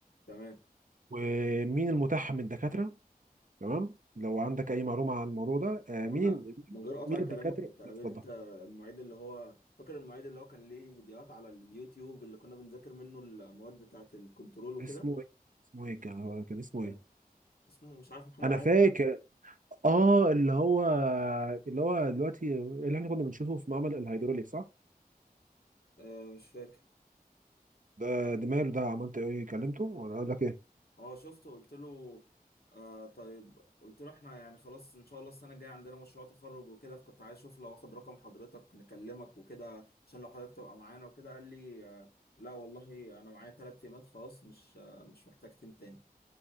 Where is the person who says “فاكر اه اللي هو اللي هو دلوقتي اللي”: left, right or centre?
Right